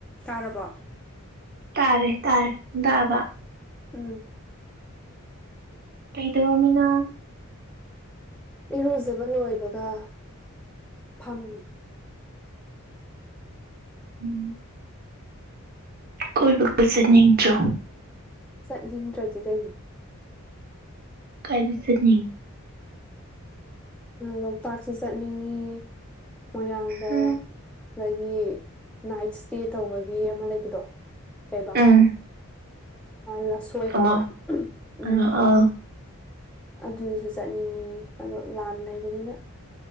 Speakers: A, in the centre; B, on the right (about 45°).
A: ꯇꯥꯔꯔꯕ
B: ꯇꯥꯔꯦ ꯇꯥꯔꯦ ꯕ
A: ꯎꯝ
B: ꯀꯩ ꯇ ꯋꯥꯃꯤꯅ
A: ꯏꯔꯨꯖꯕ ꯂꯣꯏꯕꯒ ꯐꯝꯃꯤ
B: ꯎꯝ ꯀꯣꯏꯕꯒꯖꯅꯤꯡꯗ꯭ꯔꯣ
A: ꯆꯠꯅꯤꯡꯗ꯭ꯔꯗꯤ ꯀꯩꯅꯣ
B: ꯀꯥꯏ ꯁꯛꯅꯤ
A: ꯂꯣꯛꯇꯥꯛꯁꯨ ꯆꯠꯅꯤꯡꯉꯤ ꯃꯣꯏꯔꯥꯡꯗ
B: ꯎꯝ
A: ꯑꯗꯒꯤ ꯅꯥꯏꯠ ꯏꯁꯇꯦ ꯇꯧꯕꯒꯤ ꯑꯃ ꯂꯩꯕꯗꯣ ꯀꯩꯕꯥ
B: ꯎꯝ
A: ꯂꯁꯣꯏ
B: ꯑꯃ
A: ꯍꯥꯏꯕ꯭ꯔꯥ ꯎꯝ ꯎꯝ
B: ꯑꯥ
A: ꯑꯗꯨꯗꯁꯨ ꯆꯠꯅꯤꯡꯉꯤ ꯑꯗꯣ ꯂꯥꯟ ꯂꯩꯕꯅꯤꯅ